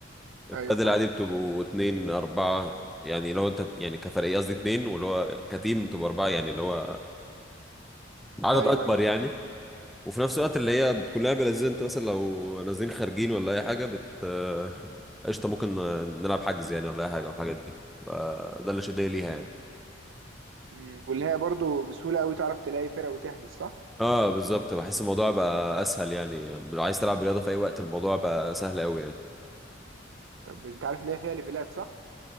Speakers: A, in the centre; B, on the right (about 75°).
A: البادل
B: ايوه فاهم
A: عادي بتبقوا اتنين أربعة يعني لو أنت يعني كفريق قصدي اتنين واللي هو كتيم تبقوا أربعة يعني اللي هو عدد
B: ايوه
A: أكبر
B: ايوه
A: يعني وفي نفس الوقت اللي هي بتكون لعبة لذيذة أنت مثلا لو نازلين خارجين ولا أي حاجة بت آه، قشطة ممكن آه، نلعب حجز يعني ولا أي حاجة من الحاجات دي فده اللي شدني ليها يعني
B: مم. واللي هي برضو بسهولة قوي تعرف تلاقي فرقة وتحجز صح
A: اه بالظبط بحس الموضوع بقى اسهل يعني لو عايز تلعب رياضه في اي وقت الموضوع بقى سهل قوي يعني
B: طب انت عارف ان هي فيها ليفلات صح